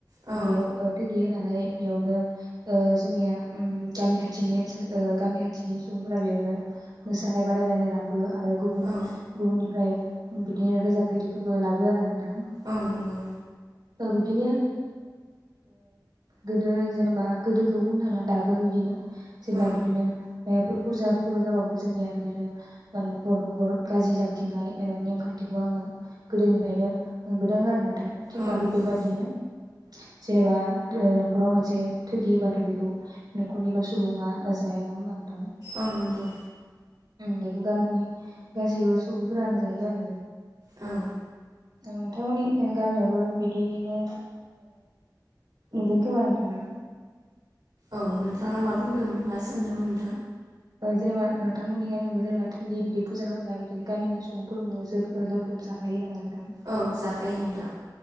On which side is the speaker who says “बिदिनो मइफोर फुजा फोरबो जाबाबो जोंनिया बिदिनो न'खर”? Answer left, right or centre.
Right